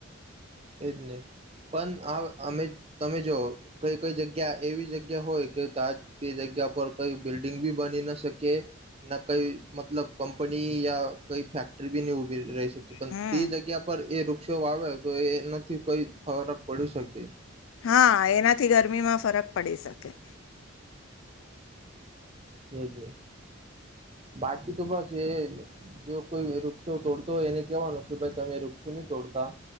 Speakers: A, on the right; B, on the left.
A: એજ ને. પણ આ અમે તમે જો કઈ કઈ જગ્યા એવી જગ્યા હોય કે, તે જગ્યા પર કઈ બિલ્ડિંગ બી બની ન શકે, ના કઈ મતલબ કંપની યા કઈ ફેક્ટરી બી નહી ઉભી રહી શકે. પણ
B: હમ
A: તે જગ્યા પર એ વૃક્ષો આવે તો એ નથી કોઈ ફરક પડી શકે.
B: હા એનાથી ગરમીમાં ફરક પડી શકે.
A: એ જ ને બાકી તો બસ એ જો કોઈ વૃક્ષો તોડતો હોય એને કેવાનું કે ભાઈ તમે વૃક્ષો નહી તોડતા.